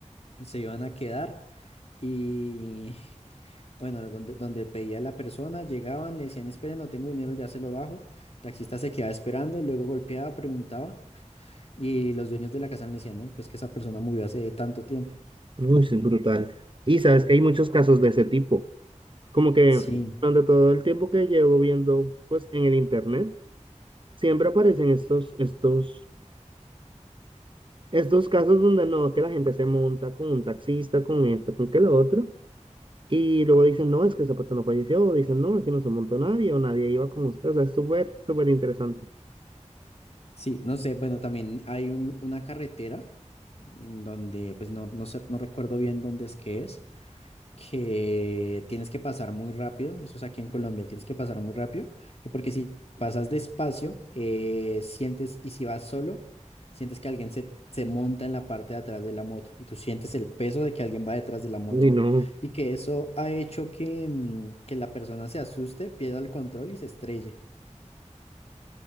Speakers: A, on the left; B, on the right.
A: se iban a quedar y, <laughs> bueno, donde, donde pedía la persona, llegaban, le decían, esperen, no tengo dinero, ya se lo bajo, el taxista se quedaba esperando, luego golpeaba, preguntaba. Y los dueños de la casa le decían, no, pues que esa persona murió hace tanto tiempo.
B: Uy, sí, brutal. Y sabes que hay muchos casos de ese tipo. Como que
A: Sí.
B: durante todo el tiempo que llevo viendo, pues en el internet, siempre aparecen estos, estos, estos casos donde no, que la gente se monta con un taxista, con esto, con que lo otro. Y luego dicen, no, es que esa persona falleció. O dicen, no, aquí no se montó nadie o nadie iba con usted. O sea, es súper, súper interesante.
A: Sí, no sé, bueno, también hay un- una carretera mm, donde, pues no, no sé, no recuerdo bien dónde es que es, que tienes que pasar muy rápido, eso es aquí en Colombia, tienes que pasar muy rápido, que porque si pasas despacio, eh, sientes, y si vas solo, sientes que alguien se, se monta en la parte de atrás de la moto y tú sientes el peso de que alguien va detrás de la moto
B: Uy, no.
A: y que eso ha hecho que, mm, que la persona se asuste, pierda el control y se estrelle.